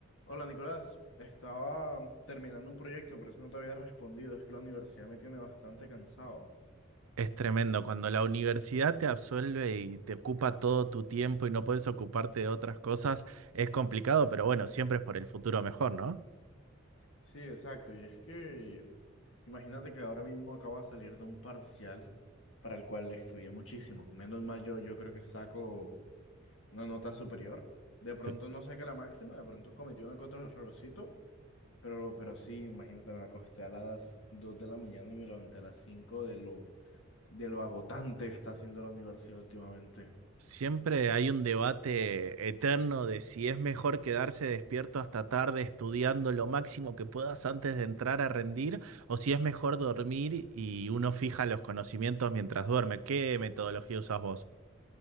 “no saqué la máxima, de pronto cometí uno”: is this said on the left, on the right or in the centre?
Left